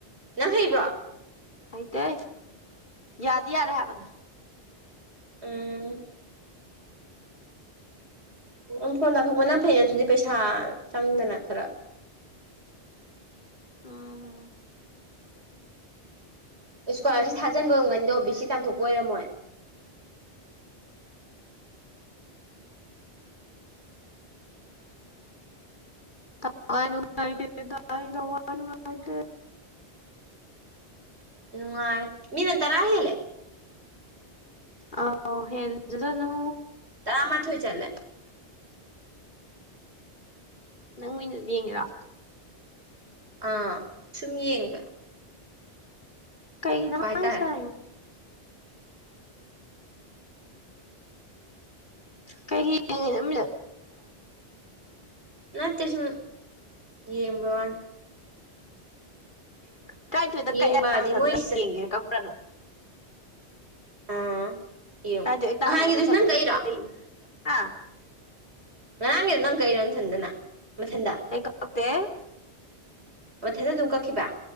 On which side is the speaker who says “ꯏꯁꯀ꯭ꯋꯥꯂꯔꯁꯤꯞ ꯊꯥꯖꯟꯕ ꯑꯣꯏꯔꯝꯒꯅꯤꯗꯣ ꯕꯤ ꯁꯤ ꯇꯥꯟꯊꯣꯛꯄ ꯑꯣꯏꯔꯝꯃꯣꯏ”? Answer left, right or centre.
Right